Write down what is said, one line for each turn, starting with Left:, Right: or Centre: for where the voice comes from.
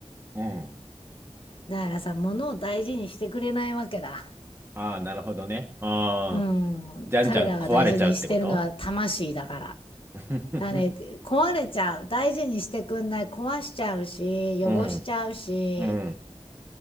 Right: うん。
Left: だからさ、物を大事にしてくれないわけだ。
Right: ああ、なるほどね。ああ、
Left: うん、
Right: じゃんじゃん壊れちゃうってこと
Left: 彼らが大事にしてるのは魂だから。
Right: <laughs>
Left: だね、壊れちゃう。大事にしてくんない。壊しちゃうし、
Right: うん、
Left: 汚しちゃうし。
Right: うん。